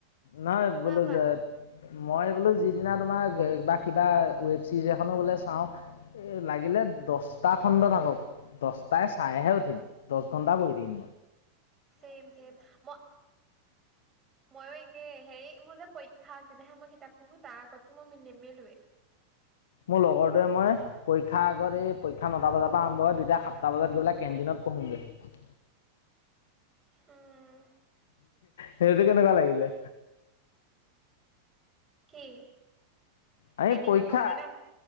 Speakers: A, on the left; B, on the right.
A: নাই
B: কোৱা
A: বোলো
B: কোৱা
A: যায় মই বোলো যিদিনা তোমাৰ বা কিবা ৱেব ছিৰিজ এখনো বোলে চাওঁ এ লাগিলে দচটা খণ্ড থাকক। দচটাই চাইহে উঠিম, দচ ঘন্টা বহি দিম
B: চেইম চেম ম ময়ো একেই, হেৰি মোৰ যে পৰীক্ষা আগদিনাহে মই কিতাপ পঢ়োঁ, তাৰ আগতটো মই নিমেলোৱে
A: মোৰ লগৰটোৱে মই, পৰীক্ষা আগত এই পৰীক্ষা নটা বজাৰ পৰা আৰম্ভ হয়, দুইটাই সাতটা বজাত গৈ পেলাই কেণ্টিনত পঢ়োগৈ।
B: উম
A: সেইটো কেনেকুৱা লাগিলে?
B: কি,
A: আমি
B: কেন্টিংত
A: পৰীক্ষা
B: পঢ়াতো নে?